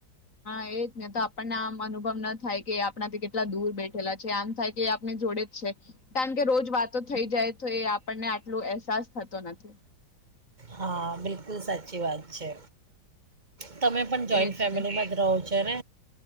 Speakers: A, on the left; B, on the right.
A: હા એજ ને તો આપણને આમ અનુભવ ના થાય. કે આપણાથી કેટલા દૂર બેઠેલા છે આમ થાય કે આપને જોડે જ છે. કારણ કે રોજ વાતો થઈ જાય તો એ આપણને આટલો અહેસાસ થતો નથી.
B: હા બિલકુલ સાચી વાત છે. તમે પણ જોઈન્ટ
A: એજ
B: ફેમિલીમાં
A: ને
B: જ રહો છો. <inaudible>